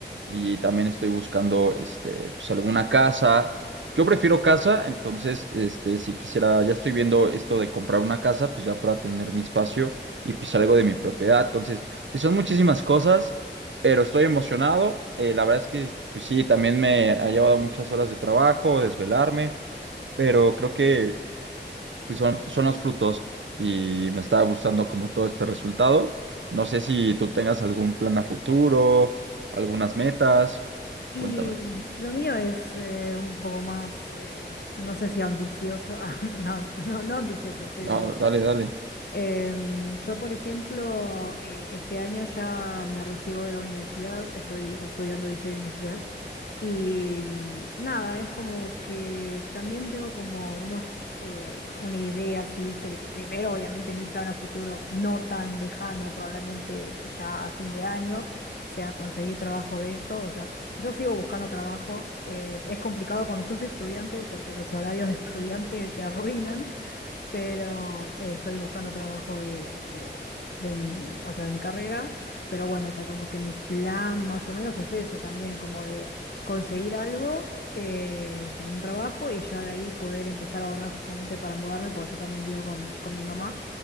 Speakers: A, on the right (about 90°); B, on the left (about 60°).
A: y también estoy buscando, este, pues alguna casa. Yo prefiero casa, entonces, este, si quisiera, ya estoy viendo esto de comprar una casa, pues ya para tener mi espacio y pues algo de mi propiedad. Entonces, pues son muchísimas cosas pero estoy emocionado. eh, la verdad es que pues sí, también me ha llevado muchas horas de trabajo, desvelarme, pero creo que pues, son, son los frutos y me está gustando como todo este resultado. No sé si tú tengas algún plan a futuro, algunas metas.
B: Y
A: Cuéntame.
B: lo mío es eh, un poco más, eh, no sé si ambicioso, <laughs> ah, no, no, no ambicioso, pero
A: No, dale, dale.
B: em, yo, por ejemplo, eh, este año ya me recibo de la universidad, estoy estudiando diseño industrial. Y mm, nada, es como que también tengo como unos, eh, una idea así, viste, de que primero, obviamente, mi plan a futuro no tan lejano, probablemente ya a fin de año, sea conseguir trabajo de esto. O sea, yo sigo buscando trabajo. eh, es complicado cuando sos estudiante porque los horarios de estudiante te arruinan pero eh, estoy buscando trabajo de, de, de mi, o sea, de mi carrera, pero bueno, o sea, como que mi plan más o menos es eso también, como de conseguir algo, eh, tipo un trabajo y ya de ahí poder empezar a ahorrar justamente para mudarme, porque yo también vivo con, con mi mamá,